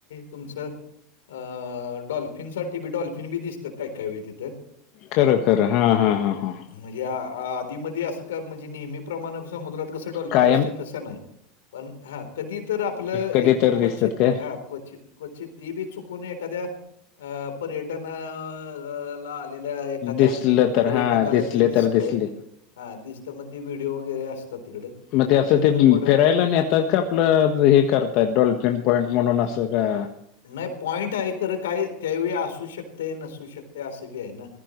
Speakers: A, on the left (about 85°); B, on the left (about 55°).
A: तुमचं अ डॉल्फिन साठी बी डॉल्फिन बी दिसते. त काय काय वेळी तिथं.
B: खरं खरं हां हां हां हां
A: म्हणजे आ आधीमधी असं का म्हणजे नेहमी प्रमाण समुद्रात कसं डॉल्फिन
B: कायम
A: असत्यत तसं नाही. पण हा कधी तर आपलं
B: कधी
A: एक
B: तर
A: क्वचित
B: दिसतात काय
A: हा क्वचित क्वचित ती बी चुकून एखाद्या अ पर्यटनं ला आलेल्या एखाद्या
B: दिसलं तर
A: पर्यटकाला
B: हा दिसले
A: ते दिसत.
B: तर दिसले
A: हा दिसतं मग ते व्हिडिओ वगैरे असतात तिकड
B: मग ते असं
A: त्यानंतर
B: ते
A: पड
B: फिरायला नेतात का आपलं हे करताय डॉल्फिन पॉईंट म्हणून असं का?
A: नाही पॉइंट आहे खरं काय त्यावेळी असू शकत नसू दिसू शकते असं बी आहे ना